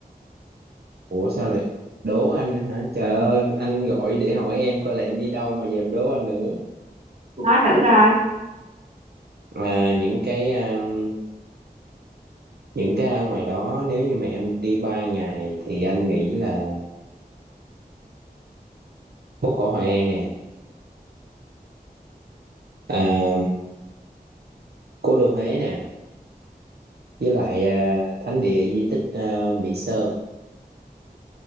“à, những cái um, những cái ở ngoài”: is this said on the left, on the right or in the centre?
Right